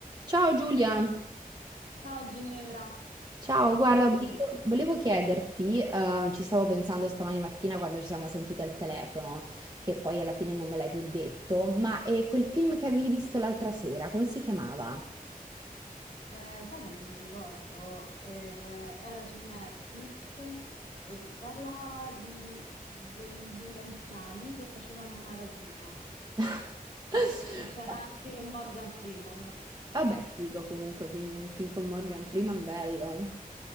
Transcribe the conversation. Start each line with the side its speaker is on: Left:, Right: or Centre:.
Right: Ciao Giulia,
Left: Ciao Ginevra,
Right: ciao, guarda,
Left: Ciao.
Right: volevo, volevo chiederti, eh, ci stavo pensando stamani mattina quando ci siamo sentite al telefono, che poi alla fine non me l'hai più detto, ma è quel film che avevi visto l'altra sera, come si chiamava?
Left: Eh, eh, sai che non mi ricordo, eh, era su Netflix e parlava di- dei- degli anziani che facevano una rapina
Right: <laughs>
Left: e c'era anche Morgan Freeman.
Right: Vabbè, figo comunque, quindi un film con Morgan Freeman bello,